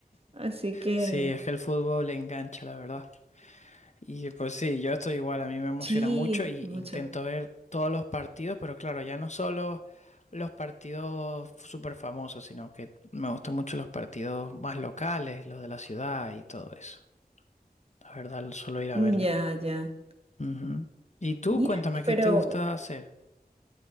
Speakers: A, on the right (about 35°); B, on the left (about 45°).
A: Así que...
B: Sí, es que el fútbol le engancha, la verdad. Y pues sí, yo estoy igual, a mí me emociona
A: Sí,
B: mucho y
A: mucho.
B: intento ver todos los partidos, pero claro, ya no solo los partidos súper famosos, sino que me gustan mucho los partidos más locales, los de la ciudad y todo eso. La verdad, solo ir a
A: Mm,
B: verlo.
A: Ya, ya.
B: Ujú. Y tú,
A: Mira,
B: cuéntame,
A: y pero
B: ¿qué te gusta hacer?